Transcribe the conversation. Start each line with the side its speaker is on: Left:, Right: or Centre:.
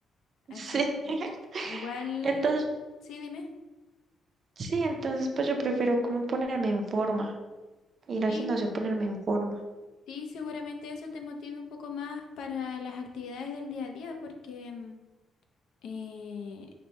Left: Así.
Right: Sí.
Left: que,
Right: <laughs>
Left: Igual,
Right: Entonces,
Left: sí, dime.
Right: sí, entonces pues yo prefiero como ponerme en forma, ir al
Left: Sí,
Right: gimnasio a ponerme en forma.
Left: sí, seguramente eso te motive un poco más para las actividades del día a día, porque, mm, eh,